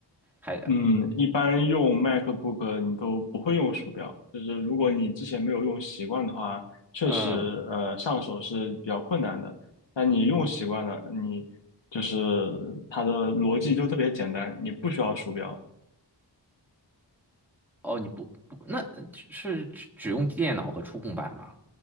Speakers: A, in the centre; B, on the left.
A: 还
B: 嗯，一般用 MacBook 你都不会用鼠标，就是如果你之前没有用习惯的话，确实呃上手是比较困难的。
A: 嗯，
B: 但你用习惯了，你就是它的逻辑就特别简单，你不需要鼠标，
A: 哦，你不不，那是只只用电脑和触控板吗？